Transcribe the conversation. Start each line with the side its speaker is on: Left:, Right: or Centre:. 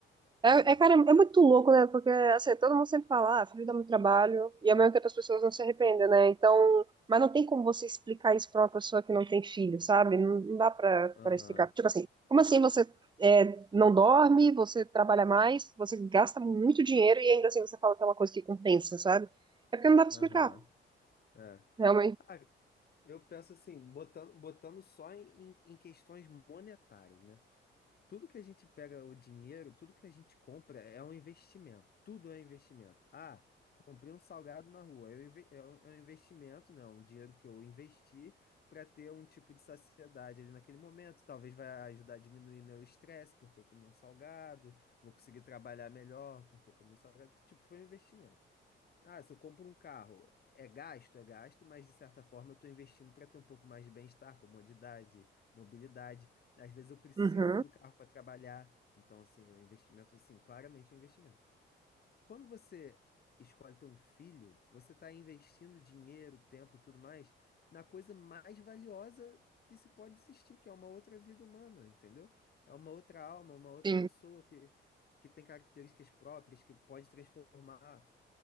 Right: É,
Left: É.
Right: é, cara, é muito louco, né? Porque assim, todo mundo sempre fala, ah, filho dá muito trabalho, e ao mesmo tempo as pessoas não se arrependem, né? Então, mas não tem como você explicar isso pra uma pessoa que não tem filho, sabe? Não, não dá pra,
Left: Aham,
Right: pra explicar. Tipo assim, como assim você é, não dorme, você trabalha mais, você gasta muito dinheiro e ainda assim você fala que é uma coisa que compensa, sabe? É porque não dá pra explicar,
Left: aham. É.
Right: realmente.
Left: Ah, Eu penso assim, botando, botando só em, em questões monetárias, né? Tudo que a gente pega o dinheiro, tudo que a gente compra é um investimento. Tudo é um investimento. Ah, comprei um salgado na rua. É um, inve- é um é um investimento, né? Um dinheiro que eu investi para ter um tipo de saciedade ali naquele momento. Talvez vai ajudar a diminuir meu estresse, porque eu comi um salgado. Vou conseguir trabalhar melhor, porque eu comi um salgado. Tipo, foi um investimento. Ah, se eu compro um carro, é gasto, é gasto, mas de certa forma eu estou investindo para ter um pouco mais de bem-estar, comodidade, mobilidade. Às vezes eu preciso
Right: Uhum.
Left: do carro para trabalhar, então assim, é um investimento, assim, claramente é um investimento. Quando você escolhe ter um filho, você está investindo dinheiro, tempo e tudo mais na coisa mais valiosa que se pode existir, que é uma outra vida humana, entendeu? É uma outra alma, uma outra
Right: Sim,
Left: pessoa que, que tem características próprias, que pode transformar